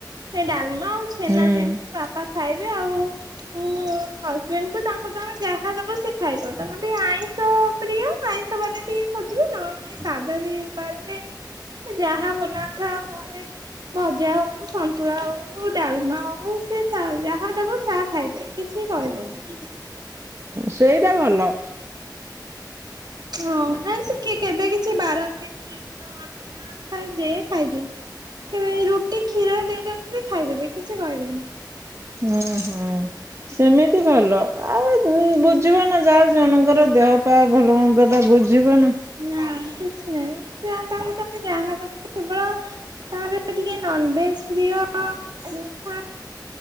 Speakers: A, on the right; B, on the right.
A: ସେ ଡାଲମା ଆଉ ଛେନା
B: ହୁଁ
A: ଦେଇଦେବି ବାପା ଖାଇବେ ଆଉ। <inaudible> ମୁଁ ହଜବେଣ୍ଡଙ୍କୁ ତାଙ୍କ ତାଙ୍କୁ ତମେ ଯାହା ଦବ ସେ ଖାଇବ ତାଙ୍କର ଟିକେ ଆଇଁଷ ପ୍ରିୟ ଆଇଁଷ ବାର ଟିକେ ଖୋଜିବେ ନହେଲେ ସାଧା ଦି ପାଳିବେ <inaudible> ସେ ଯାହା ବନାଥାଉ ଘରେ ଭଜା ହଉ, ସନ୍ତୁଳା ହଉ, ଡାଲମା ହଉ ସେ ଯାହା ଦେବ ତାହା ଖାଇବେ କିଛି କହିବେନି। ହେଇଚି।
B: ସେଇଟା ଭଲ।
A: ହଁ ନାଇଁ ସେ କି କେବେ କିଛି ବାରନ୍ତିନି <inaudible> ଅଲଣା ଥାଏ ଯେ ଖାଇଦିଏ। କେବେ ରୁଟି କ୍ଷୀର ଦେଇଦବୁ ବି ଖାଇଦେବେ। କିଛି କହିବେନି।
B: ହଁ ହଁ <inaudible> ସେମିତି ଭଲ ଆଉ ବୁଝିବ ନା ଯାହା ଜଣଙ୍କର ଦେହ ପା ଭଲ ମନ୍ଦ ଟା ବୁଝିବ ନା
A: ନା କିଛି ନାଇଁ ସେୟା ତାଙ୍କୁ ତମେ ଯାହା ଦବ କେବଳ ତାଙ୍କର ଟିକେ ନନଭେଜ ପ୍ରିୟ <inaudible> ସେଥିପାଇଁ